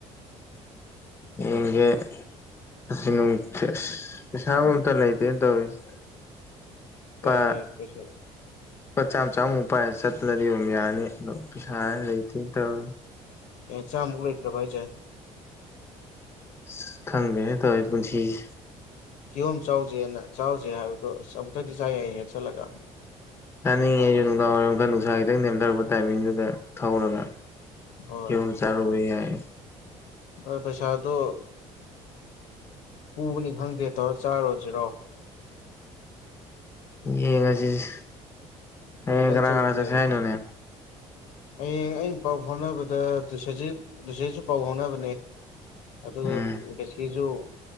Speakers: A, on the left; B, on the left.
A: <unintelligible>
B: <inaudible>
A: ꯄ
B: ꯀꯩꯁꯨ
A: ꯂꯨꯄꯥ ꯆꯥꯝ ꯆꯥꯝꯃꯨꯛ ꯄꯥꯏꯔ ꯆꯠꯄꯗꯗꯤ ꯑꯗꯨꯝ ꯌꯥꯅꯤ ꯑꯗꯣ ꯄꯩꯁꯥꯖꯤ ꯂꯩꯇꯦꯟ ꯇꯧꯔꯤ
B: ꯑꯦ ꯆꯥꯝꯃꯨꯛ ꯂꯩꯇ꯭ꯔꯕ ꯍꯥꯏꯖꯦ
A: ꯏꯁ ꯈꯪꯗꯦꯅꯦ ꯇꯧꯔꯤ ꯄꯨꯟꯁꯤꯖꯤ
B: ꯀꯤꯍꯣꯝ ꯆꯥꯎꯖꯦꯅ ꯆꯥꯎꯖꯦ ꯍꯥꯏꯕꯗꯣ ꯑꯁ ꯑꯃꯨꯛꯇꯗꯤ ꯆꯥꯏ ꯌꯥꯏꯍꯦ ꯆꯜꯂꯒ
A: ꯆꯥꯅꯤꯡꯉꯦ ꯑꯩꯖꯨ ꯅꯨꯡꯗꯥꯡ ꯋꯥꯏꯔꯝ ꯈꯔ ꯅꯨꯡꯁꯥ ꯈꯤꯇꯪ ꯅꯦꯝꯊꯔꯛꯄ ꯇꯥꯏꯃꯤꯡꯗꯨꯗ ꯊꯧꯔꯒ
B: ꯍꯣꯏ
A: ꯀꯤꯍꯣꯝ ꯆꯥꯔꯨꯕ ꯌꯥꯏ
B: ꯑꯗꯣ ꯄꯩꯁꯥꯗꯣ ꯄꯨꯕꯅꯤ ꯈꯪꯗꯦ ꯇꯧꯔ ꯆꯥꯔꯨꯔꯖꯤꯔꯣ
A: ꯌꯦꯡꯉꯖꯤꯁꯦ
B: ꯍꯥꯏꯐꯦꯠꯇꯪ
A: ꯍꯌꯦꯡ ꯀꯅꯥ
B: ꯆꯠꯂꯨꯕꯗꯤ
A: ꯀꯅꯥ ꯆꯠꯁꯦ
B: ꯌꯥꯏ
A: ꯍꯥꯏꯅꯣꯅꯦ
B: ꯍꯌꯦꯡ ꯑꯩꯅ ꯄꯥꯎ ꯐꯥꯎꯅꯕꯗ ꯗꯨꯁꯥꯖꯤꯠ ꯗꯨꯁꯥꯖꯤꯠꯁꯨ ꯄꯥꯎ ꯐꯥꯎꯅꯕꯅꯦ ꯑꯗꯨꯒ
A: ꯎꯝ
B: ꯕꯦꯁꯤꯖꯨ